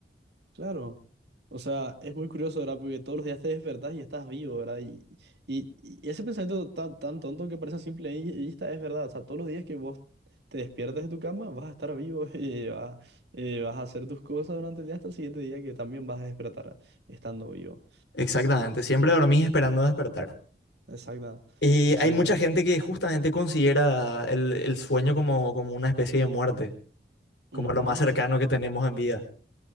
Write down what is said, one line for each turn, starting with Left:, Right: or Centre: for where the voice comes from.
Right: Claro. O sea, es muy curioso, ¿verdad? Porque todos los días te despertás y estás vivo, ¿verdad? Y, y, y ese pensamiento tan, tan tonto que parece a simple y, y es verdad. O sea, todos los días que vos te despiertas de tu cama, vas a estar vivo <laughs> y vas, eh, vas a hacer tus cosas durante el día hasta el siguiente día que también vas a despertar estando vivo.
Left: Exactamente. Siempre dormís esperando despertar.
Right: Exacto.
Left: Y
Right: Exacto.
Left: hay mucha gente que justamente considera el, el sueño como, como una especie de muerte. como
Right: Ujú,
Left: lo más cercano que tenemos en vida.